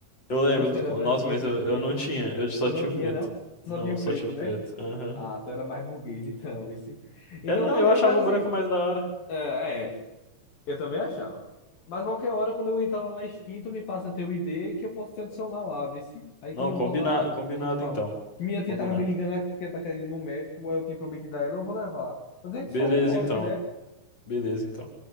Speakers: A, on the left; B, on the left.
A: Eu lembro
B: Tinha uns que
A: do.
B: era
A: col-
B: branquinho,
A: Nossa, mas
B: tinha
A: eu,
B: o preto.
A: eu não tinha. Eu só
B: Tu
A: tinha
B: não tinha,
A: o preto.
B: não? Tu
A: Não,
B: só tinha o
A: só
B: preto,
A: tinha o
B: né?
A: preto. Aham.
B: Ah, tu era mais burguês <laughs> então, esse. Então
A: Era-
B: valeu,
A: Eu achava
B: mas
A: o
B: assim,
A: branco mais da hora.
B: é, é, Eu também achava. Mas qualquer hora, quando eu entrar lá na Steam, tu me passa teu ID que eu posso te adicionar lá, vice. Aí
A: Não,
B: quando eu
A: combina...
B: voltar,
A: combinado
B: a gente fala.
A: então.
B: Minha tia
A: Combinado.
B: tava me ligando aqui, que ela tá querendo ir no médico, aí eu tinha prometido a ela, eu vou levar. Mas a gente
A: Beleza
B: fala outra hora
A: então.
B: que der.
A: Beleza então.